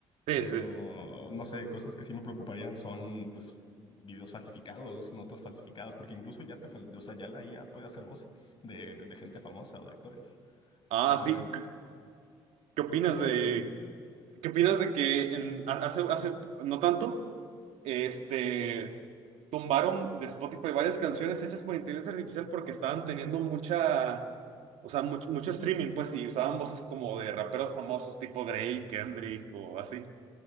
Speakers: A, on the right; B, on the left.
A: Sí,
B: pero
A: sí.
B: no sé, cosas que sí me preocuparían son, pues, videos falsificados, notas falsificadas, porque incluso ya te, fal- o sea, ya la IA puede hacer voces de, de gente famosa o de actores.
A: Ah,
B: O sea,
A: sí. ¿Qué qué opinas
B: sí, no,
A: de...
B: dime.
A: ¿Qué opinas de que en- hace, hace no tanto, este, tumbaron de Spotify varias canciones hechas por inteligencia artificial porque estaban teniendo mucha, o sea, much- mucho streaming, pues, y usaban voces como de raperos famosos tipo Drake, Kendrick o así.